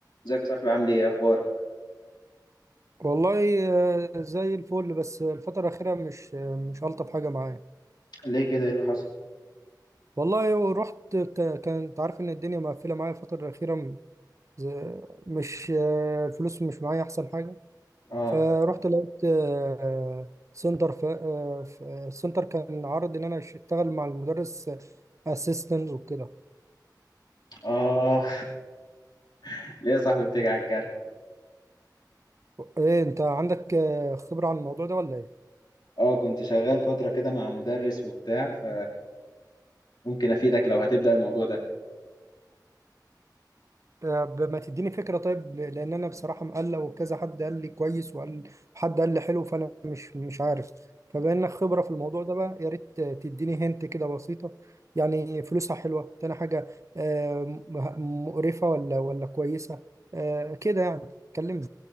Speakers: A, on the left; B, on the right.
A: ازيك يا صاحبي عامل ايه اخبارك
B: والله آه، زي الفل بس الفترة الأخيرة مش آه، مش ألطف حاجة معايا
A: ليه كده ايه اللي حصل
B: والله ورحت ك- كنت عارف إن الدنيا مقفلة معايا الفترة الأخيرة م- ز- مش آه، الفلوس مش معايا أحسن حاجة
A: اه
B: فرحت لقيت آه، سنتر ف... آه، ف- آه، سنتر كان عرض إن أنا أشتغل مع المدرس أسيستنت وكده
A: اه <laughs> ليه يا صاحبي بتيجي على الجرح
B: إيه أنت عندك آه، خبرة عن الموضوع ده ولا إيه؟
A: اه كنت شغال فترة كده مع مدرس وبتاع ف ممكن افيدك لو هتبدأ الموضوع ده
B: طب ما تديني فكرة طيب لأن أنا بصراحة مقلق وكذا حد قال لي كويس وقال وحد قال لي حلو فأنا مش مش عارف فبما إنك خبرة في الموضوع ده بقى يا ريت تديني هنت كده بسيطة يعني فلوسها حلوة تاني حاجة آه، م- مقرفة ولا ولا كويسة آه، كده يعني كلمني